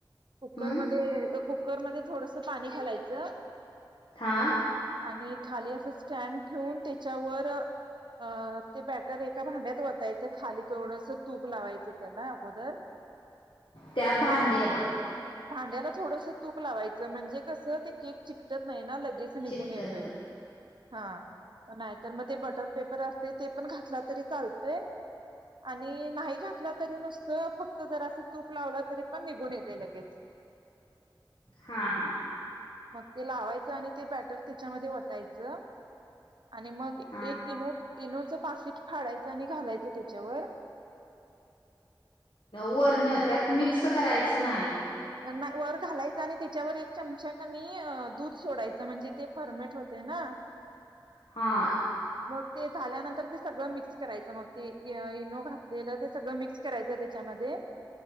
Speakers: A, on the right; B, on the left.
A: कुकरमध्ये
B: हम्म
A: कुक कुकरमध्ये थोडस पाणी घालायच
B: हा
A: आणि खाली अस स्टँड ठेऊून त्याच्यावर अ ते बॅटर एका भांड्यात वतायच खाली थोडस तूप लावायच त्याला अगोदर
B: त्या भांड्येला.
A: भांड्याला थोडस तूप लावायच म्हणजे कस ते केक चिकट नाइ ना लगेच निघून
B: चिकटन
A: येतोय, हा नाही तर मग ते बटर पेपर असते ते पण घातला तरी चालतय आणि नाही घातल तरी नुसत फक्त जर अस तूप लावल तरी पण निघून येतय लगेच.
B: हा हा.
A: मग ते लावायच आणि ते बॅटर त्याच्यामध्ये वतायच आणि मग एकी
B: हा
A: न इनोचं पाकिट फाडायचं आणि घालायचं त्याच्यावर
B: वरण त्यात मिक्स करायचं ं नाही
A: नाही वर घालायच आणि त्याच्यावर एक चमचा कनी दूध सोडायचं म्हणजे ते फर्मेट होतेय ना
B: हा
A: मग ते झाल्यानंतर ते सगळं मिक्स करायचं मग ते इनो घातलेलं ते सगळं मिक्स करायचं त्याच्यामध्ये